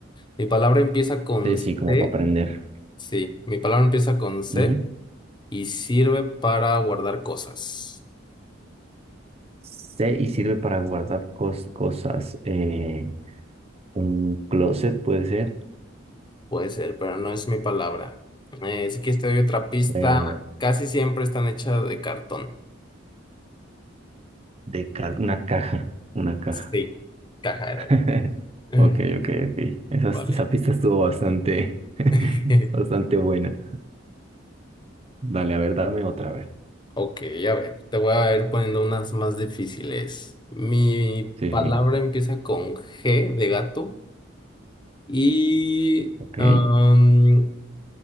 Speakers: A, on the left; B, on the right.
A: Mi palabra empieza con
B: Sí, sí,
A: C,
B: como para aprender.
A: sí, mi palabra empieza con C
B: Ujú.
A: y sirve para guardar cosas.
B: Sí, y sirve para guardar cos- cosas. eh, un closet puede ser,
A: Puede ser, pero no es mi palabra. Eh, si quieres te doy otra pista.
B: eh,
A: Casi siempre están hechas de cartón.
B: de ca- una caja, una caja.
A: Sí, caja era.
B: <laughs>
A: <laughs>
B: Ok, ok, ok. Esa, esa
A: Vale.
B: pista estuvo bastante, <laughs>
A: <laughs>
B: bastante buena. Dale, a ver, dame otra vez.
A: Ok, a ver, te voy a ir poniendo unas más difíciles. Mi
B: Sí,
A: palabra
B: sí,
A: empieza con G de gato y
B: ok.
A: am,